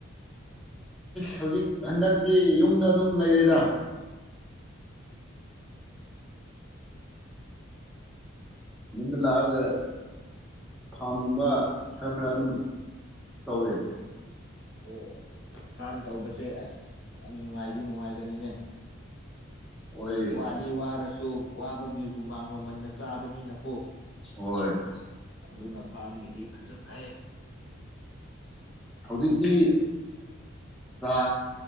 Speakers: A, in the centre; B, on the left (about 55°).
A: ꯍꯧꯖꯤꯛ ꯍꯟꯗꯛꯇꯤ ꯌꯨꯝꯗ ꯑꯗꯨꯝ ꯂꯩꯔꯦꯗ ꯌꯨꯝꯗ ꯂꯥꯛꯑꯒ ꯐꯥꯝꯒꯨꯝꯕ ꯈꯔ ꯈꯔ ꯑꯗꯨꯝ ꯇꯧꯔꯦ
B: ꯑꯣ ꯑꯣ ꯐꯥꯝ ꯇꯧꯕꯁꯦ ꯑꯁ ꯌꯥꯝ ꯅꯨꯡꯉꯥꯏꯗꯤ ꯅꯨꯡꯉꯥꯏꯒꯅꯤꯅꯦ
A: ꯑꯣꯏ
B: ꯋꯥꯗꯤ ꯋꯥꯔꯁꯨ ꯋꯥꯕꯒꯤ ꯍꯨꯃꯥꯡ ꯃꯃꯟꯅ ꯆꯥꯕꯅꯤꯅꯀꯣ
A: ꯍꯣꯏ
B: ꯑꯗꯨꯅ ꯐꯥꯔꯝꯒꯤꯗꯤ ꯐꯁꯨ ꯐꯩ
A: ꯍꯧꯖꯤꯛꯇꯤ ꯆꯥ